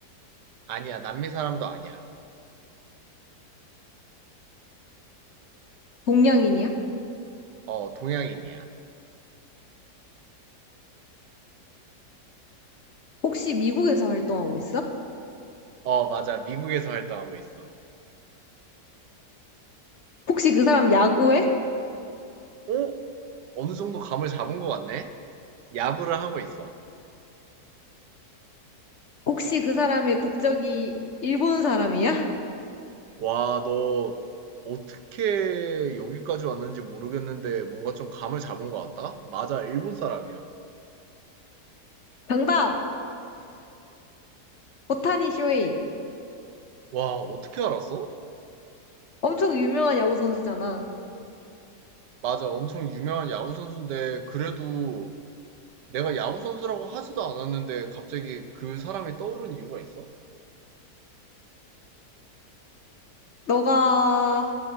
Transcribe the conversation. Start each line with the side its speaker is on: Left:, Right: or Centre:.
Right: 아니야. 남미 사람도 아니야.
Left: 동양인이야?
Right: 어, 동양인이야.
Left: 혹시 미국에서 활동하고 있어?
Right: 어, 맞아. 미국에서 활동하고 있어.
Left: 혹시 그 사람 야구해?
Right: 오? 어느 정도 감을 잡은 것 같네? 야구를 하고 있어.
Left: 혹시 그 사람의 국적이 일본 사람이야? <laughs>
Right: 와, 너 어떻게 여기까지 왔는지 모르겠는데 뭔가 좀 감을 잡은 것 같다? 맞아, 일본 사람이야.
Left: 정답! 오타니 쇼헤이.
Right: 와, 어떻게 알았어?
Left: 엄청 유명한 야구 선수잖아.
Right: 맞아, 엄청 유명한 야구 선수인데 그래도 내가 야구 선수라고 하지도 않았는데 갑자기 그 사람이 떠오른 이유가 있어?
Left: 너가